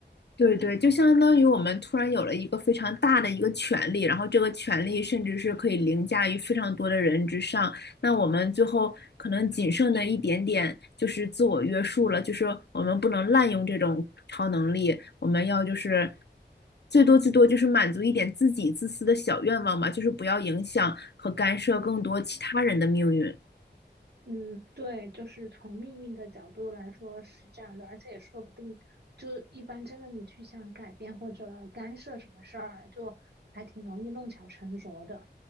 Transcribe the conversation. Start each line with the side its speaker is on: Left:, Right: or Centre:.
Left: 对对，就相当于我们突然有了一个非常大的一个权利，然后这个权利甚至是可以凌驾于非常多的人之上。那我们最后可能仅剩的一点点就是自我约束了，就是我们不能滥用这种超能力，我们要就是最多最多就是满足一点自己自私的小愿望吧，就是不要影响和干涉更多其他人的命运。
Right: 嗯，对，就是从命运的角度来说是这样的，而且也说不定，就一般真的你去想改变或者干涉什么事儿，就还挺容易弄巧成拙的。